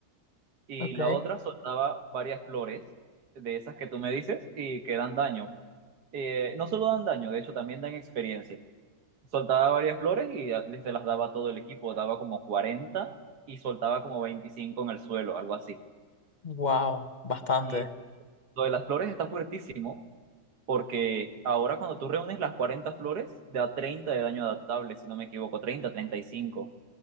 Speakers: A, on the right; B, on the left.
A: y
B: Ok.
A: la otra soltaba varias flores de esas que tú me dices y que dan daño. Eh, no solo dan daño, de hecho también dan experiencia. Soltaba varias flores y a- se las daba a todo el equipo, daba como 40 y soltaba como 25 en el suelo, algo así.
B: Wow, bastante.
A: Y lo de las flores está fuertísimo porque ahora cuando tú reúnes las 40 flores, da 30 de daño adaptable, si no me equivoco, treinta treinta y cinco